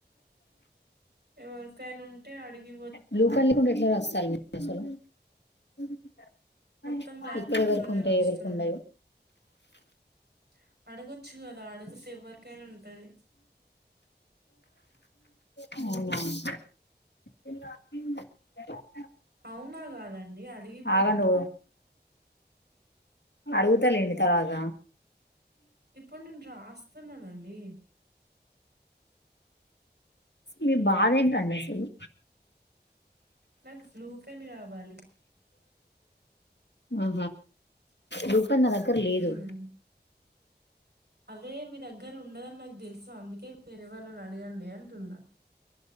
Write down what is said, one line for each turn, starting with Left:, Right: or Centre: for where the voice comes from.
Right: ఎవరికైనా ఉంటే అడిగి
Left: బ్లూ <unintelligible> ఎట్ల రాస్తారు <inaudible> అసలు <inaudible>
Right: మొత్తం బ్లాక్
Left: ఇప్పుడెవరికుంటాయో
Right: పెన్ తోనే రాస్తున్నా
Left: ఎవరికుండయో
Right: చా అడగొచ్చు కదా అడుగుతే ఎవరికైనా ఉంటది
Left: అవునా
Right: అవునా కాదండి అడిగి ఇవ్వండి
Left: ఆగండి ఓ అడుగుతాలేండి తర్వాత
Right: ఇప్పుడు నేను రాస్తున్నానండి
Left: మీ బాధ ఏంటండి అసలు
Right: నా <unintelligible> బ్లూ పెన్ కావాలి
Left: మ్ హు తన్ నా దగ్గర లేదు
Right: మ్మ్ అదే మీ దగ్గర ఉండదని నాకు దెలుసు అందుకే వేరే వాళ్లని అడగండి అంటున్నా